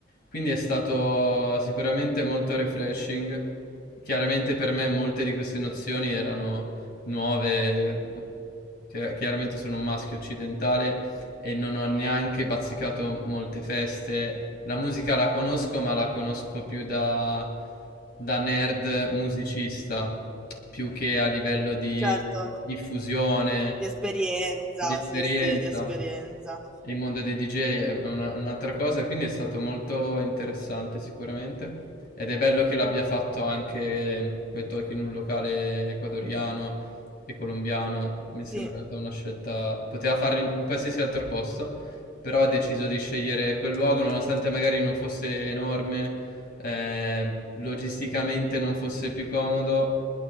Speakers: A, on the left (about 50°); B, in the centre.
A: Quindi è stato sicuramente molto refreshing. Chiaramente per me molte di queste nozioni erano nuove, che- chiaramente sono un maschio occidentale e non ho neanche bazzicato molte feste. La musica la conosco, ma la conosco più da, da nerd musicista, più che a livello di
B: Certo,
A: diffusione,
B: di esperienza,
A: di esperienza.
B: sì, sì, di esperienza.
A: Il mondo dei DJ è una- un'altra cosa, quindi è stato molto interessante sicuramente. Ed è bello che l'abbia fatto anche quei talk in un locale ecuadoriano e colombiano. Mi
B: Sì,
A: è sembrata una scelta. Poteva farlo in in qualsiasi altro posto, però ha deciso di scegliere quel luogo, nonostante magari non fosse enorme, eh, logisticamente non fosse più comodo,